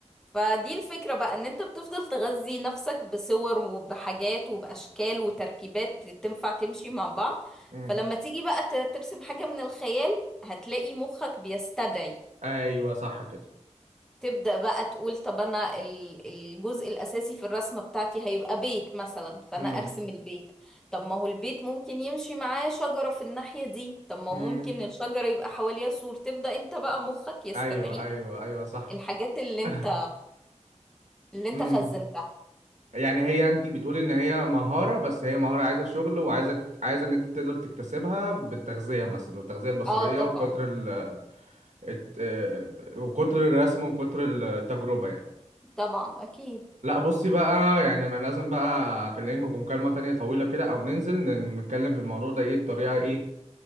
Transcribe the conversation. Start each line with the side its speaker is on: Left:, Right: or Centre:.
Centre: فدي الفكرة بقى ان انت بتفضل تغذي نفسك بصور وبحاجات وبأشكال وتركيبات تنفع تمشي مع بعض
Right: امم
Centre: فلما تيجي بقى ت- ترسم حاجة من الخيال هتلاقي مخك بيستدعي
Right: ايوه صح كده
Centre: تبدأ بقى تقول طب انا ال- الجزء الأساسي في الرسمة بتاعتي هيبقى بيت مثلا فانا
Right: امم
Centre: ارسم البيت طب ما هو البيت ممكن يمشي معاه شجرة في الناحية دي طب ما
Right: امم
Centre: هو ممكن الشجرة يبقى حواليها سور تبدأ انت بقى مخك يستدعي
Right: ايوه ايوه ايوه صح
Centre: الحاجات اللي
Right: <laughs>
Centre: انت اللي انت
Right: امم
Centre: خزنتها
Right: يعني هي انت بتقولي ان هي مهارة بس هي مهارة عايزة شغل وعايزة عايزة ان انت تقدر تكتسبها بالتغذية مثلا والتغذية البصرية
Centre: اه طبعا
Right: وكتر ال الت- آه، وكتر الرسم وكتر التجربة يعني
Centre: طبعا اكيد
Right: لا بصي بقى يعني انا لازم بقى اكلمك مكالمة تانية طويلة كده او ننزل ن- نتكلم في الموضوع ده ايه بطريقة ايه